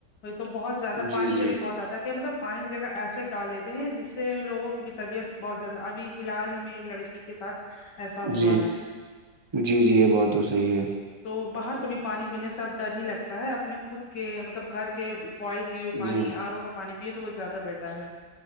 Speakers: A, on the left; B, on the right.
A: تو بہت زیادہ
B: جی
A: پانی
B: جی
A: کا بھی بہت اتا ہے کہ مطلب پانی کی جگہ ایسڈ ڈال دیتے ہیں جس سے لوگوں کی بھی طبیعت بہت زیادہ ابھی حال ہی میں ایک لڑکی کے ساتھ ایسا ہوا
B: جی
A: ہے
B: جی جی یہ بات تو صحیح ہے
A: تو باہر کبھی پانی پینے سے اب ڈر ہی لگتا ہے اپنے خود کے مطلب گھر کے بوائل کہ پانی
B: جی
A: ارو کا پانی پیے تو وہ زیادہ بیٹر ہے